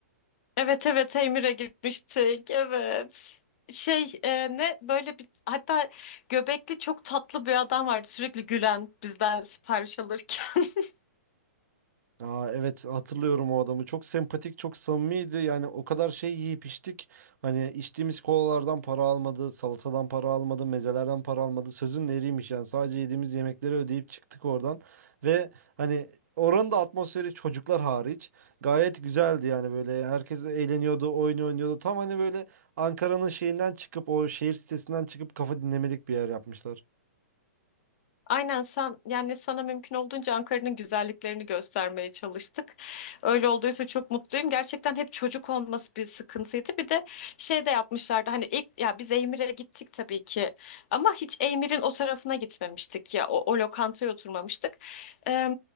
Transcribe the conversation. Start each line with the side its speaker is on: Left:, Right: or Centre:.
Left: Evet evet Emir'e gitmiştik. Evet. Şey e, ne böyle bir hatta göbekli çok tatlı bir adam vardı sürekli gülen bizden sipariş alırken. <laughs>
Right: Aa, evet hatırlıyorum o adamı. Çok sempatik, çok samimiydi. Yani o kadar şey yiyip içtik. Hani içtiğimiz kolalardan para almadı, salatadan para almadı, mezelerden para almadı. Sözün eriymiş yani. Sadece yediğimiz yemekleri ödeyip çıktık oradan. Ve hani oranın da atmosferi çocuklar hariç gayet güzeldi yani böyle herkes eğleniyordu, oyun oynuyordu. Tam hani böyle Ankara'nın şeyinden çıkıp o şehir sitesinden çıkıp kafa dinlemelik bir yer yapmışlar.
Left: Aynen sen yani sana mümkün olduğunca Ankara'nın güzelliklerini göstermeye çalıştık. Öyle olduysa çok mutluyum. Gerçekten hep çocuk olması bir sıkıntıydı. Bir de şey de yapmışlardı hani ilk ya biz Eymir'e gittik tabii ki ama hiç Eymir'in o tarafına gitmemiştik ya o, o lokantaya oturmamıştık. Eee